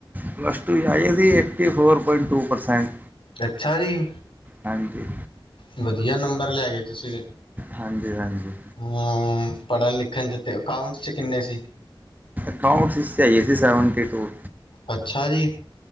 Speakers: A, on the right (about 20°); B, on the left (about 70°).
A: ਪਲੱਸ ਟੂ ਏਦੀ ਏ ਫੋਰ ਪਆਇੰਟ ਟੂ ਪਰਸੈਂਟ।
B: ਅੱਛਾ ਜੀ,
A: ਹਾਂਜੀ
B: ਵਧੀਆ ਨੰਬਰ ਲੈ ਗਏ ਤੁਸੀਂ ਦੇ।
A: ਹਾਂਜੀ-ਹਾਂਜੀ।
B: ਹੂੰ ਪੜ੍ਹਨ ਲਿਖਣ 'ਚ ਅਤੇ ਅਕਾਊਂਟ ਕਿੰਨੇ ਸੀ।
A: ਡਕਾਊਂਟ ਚ ਆਏ ਸੀ, ਸੈਵਨਟੀ ਟੂ।
B: ਅੱਛਾ ਜੀ,